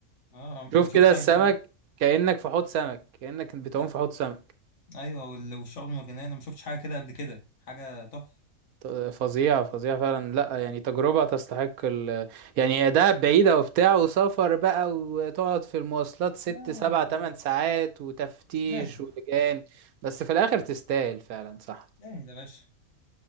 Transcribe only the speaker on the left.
اه أنا
ما شفتش
حاجة كده
آه،
ايوه وال- والشعب المرجانية انا ما شفتش حاجة كده قبل كده حاجة تحفة
آه،
سهل
سهل يا باشا